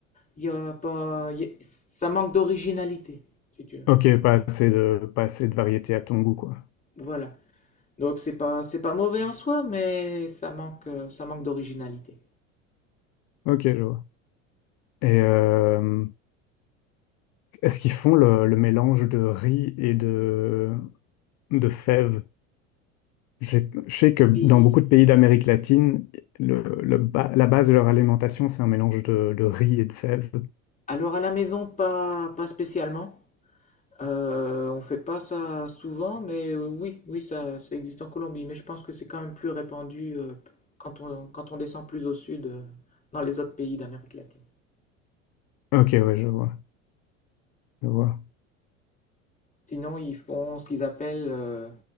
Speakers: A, on the left (about 20°); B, on the left (about 45°).
A: Il y a pas, il y a- ça manque d'originalité, si tu veux.
B: Ok, pas assez de, pas assez de variété à ton goût, quoi.
A: Voilà. Donc c'est pas, c'est pas mauvais en soi, mais ça manque, euh, ça manque d'originalité.
B: Ok, je vois. Et euh, est-ce qu'ils font le, le mélange de riz et de, de fèves? J'ai- Je sais que
A: Oui.
B: dans beaucoup de pays d'Amérique latine, le, le ba- la base de leur alimentation, c'est un mélange de, de riz et de fèves.
A: Alors à la maison, pas, pas spécialement. Euh, on fait pas ça souvent, mais euh, oui, oui, ça, ça existe en Colombie. Mais je pense que c'est quand même plus répandu euh, quand on, quand on descend plus au sud, euh, dans les autres pays d'Amérique latine.
B: Ok, ouais, je vois, je vois.
A: Sinon, ils font ce qu'ils appellent euh,